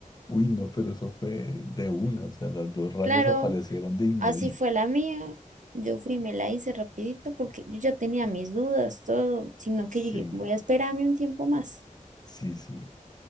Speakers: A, on the left (about 30°); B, on the right (about 65°).
A: Uy, no, pero eso fue de una, o sea, las dos rayas
B: Claro,
A: aparecieron de inmediato.
B: así fue la mía. Yo fui y me la hice rapidito porque yo ya tenía mis dudas, todo, sino que
A: Sí,
B: yo dije, voy a esperarme un tiempo más.
A: sí, sí,